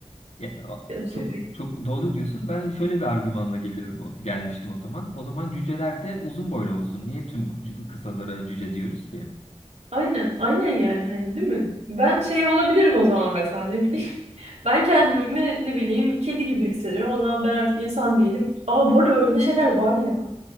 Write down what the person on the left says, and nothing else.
Ya, o-
çok çok doğru diyorsun. Ben şöyle bir argümanla geliyorum o- gelmiştim o zaman. O zaman cüceler de uzun boylu olsun. Niye tüm cü- kısalara cüce diyoruz ki?